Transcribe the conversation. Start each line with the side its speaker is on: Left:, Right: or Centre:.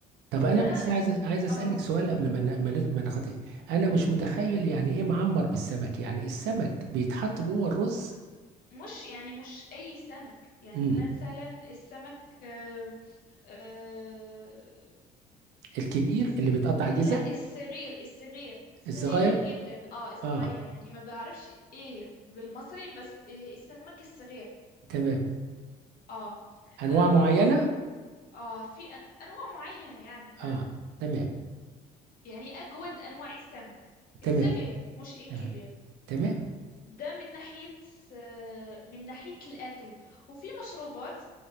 Right: طب أنا
Left: ده
Right: بس عايز عايز أسألك
Left: اه
Right: سؤال قبل ما ن- ما
Left: مم.
Right: ن- ما نخطي أنا مش متخيل يعني إيه معمر بالسمك يعني السمك بيتحط جوه الرز
Left: مش يعني مش اي سمك يعني
Right: امم
Left: مثلا السمك آه آه
Right: الكبير
Left: الس-
Right: اللي بيتقطع جزل
Left: لا الصغير الصغير الصغير
Right: الصغير
Left: جدا اه الصغير
Right: آه
Left: يعني ما بعرفش ايه بالمصري بس إيه السمك الصغير
Right: تمام
Left: اه
Right: أنواع
Left: اه,
Right: معينة
Left: آه في أ- انواع معينة يعني اه
Right: آه تمام
Left: يعني أجود أنواع السمك
Right: تمام
Left: الصغير مش الكبير
Right: تمام تمام
Left: ده من ناحية آه، من ناحية الأكل وفي مشروبات